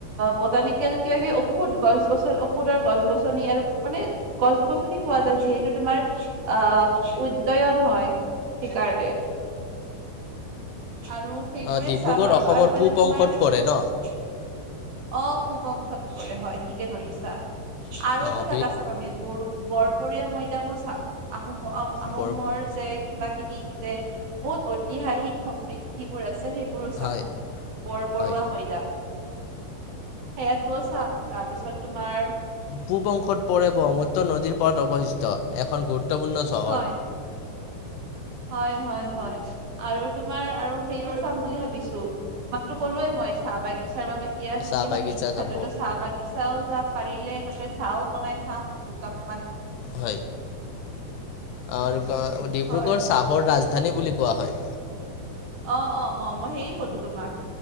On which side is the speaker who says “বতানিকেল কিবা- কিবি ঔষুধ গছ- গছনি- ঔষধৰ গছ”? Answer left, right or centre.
Right